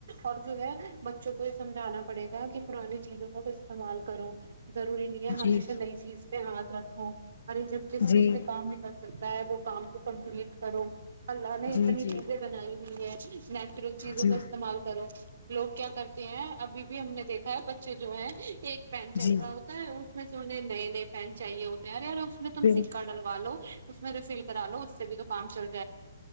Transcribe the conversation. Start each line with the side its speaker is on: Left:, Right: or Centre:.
Right: اور جو ہے بچوں کو یہ سمجھانا پڑے گا کہ پرانی چیزوں کو استعمال کرو ضروری نہیں ہے
Left: جی
Right: ہمیشہ نئی چیز پہ ہاتھ رکھو ارے جب جس
Left: جی
Right: چیز سے کام ن کر تا ہے وہ کام کو کمپلیٹ کرو اللہ نے اتنی
Left: جی جی
Right: چیزیں بنائی ہوئی ہے نیچرل چیزوں
Left: جی
Right: کو استعمال کرو لوگ کیا کرتے ہیں ابھی بھی ہم نے دیکھا ہے بچے جو ہے ایک پین چل
Left: جی
Right: رہا ہوتا ہے اس میں سے انہیں نئے نئے پین چاہیے ہوتے ہیں رے یار اس میں تم
Left: بال
Right: سکہ ڈلوا لو میں فل کرا لو اس سے بھی تو کام چلتا